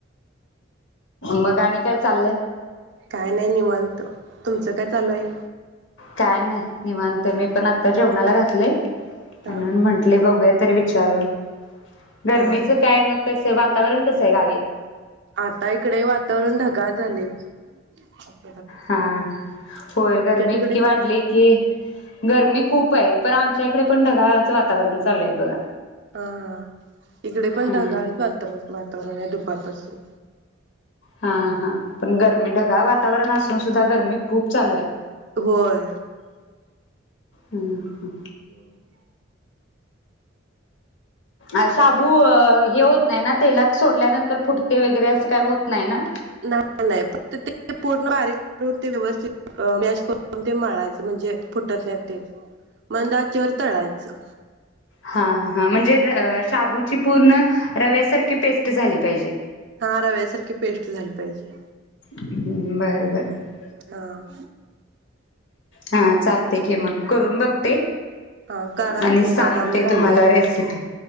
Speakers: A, on the left; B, on the right.
A: मंग आणि कायं चाललंय?
B: कायं नाहीं निवांत तुमचं कायं चालूं आहे?
A: कायं नाहीं निवांत मी पणं आंता जेवणांला घातले आहे. म्हणूंन
B: हा
A: म्हंटले बघूंया तरी विचारूंन. गरमीचं
B: हा
A: कायं मगं कसं वातांवरण कसं आहे गांवी?
B: आंता ईकडे वातांवरण ढगांळ झाले आहे तंं.
A: हां होयं गर्मी
B: तिकडे
A: इतकी वाढली. कि गर्मी खूंप आहे पणं आमच्यां ईकडे पणं ढगांळचं वातांवरण चालूं आहे बघां.
B: हां हां ईकडे पणं
A: हा
B: ढगांळचं वातांवरण आहे दुपारंपासून.
A: हां हां पणं गर्मी ढगांळ वातांवरण असलं तरी सुद्धां गर्मी खूंप चालूं आहे.
B: होयं.
A: हम्मं हम्मं.
B: हम्मं
A: अं शबूं हे होतं. नाहीं नां तेलांत सोडल्यांनंतर फुटते वगैरें असं कांहीं होतं नाहीं नां.
B: नाहीं नाहीं फक्तं ते पूर्ण बारीक करूंन ते व्यवस्थित. मॅश करूंन ते मळायचं म्हणजे फुटतं नाहीं ते मंदा आचेवर तळायचं.
A: हां हां म्हणजे शाबूंची पूर्ण रव्यांसारखी पेस्टं झालीं पाहिजे.
B: हां रव्यांसारखी पेस्टं झाली पाहिजे.
A: हम्मं बरं बरं.
B: हां.
A: हा चालते की मग, करून बघ ते
B: हा करा
A: आणि सांगते
B: बघा मग झाले
A: तुम्हाला रेसिपी.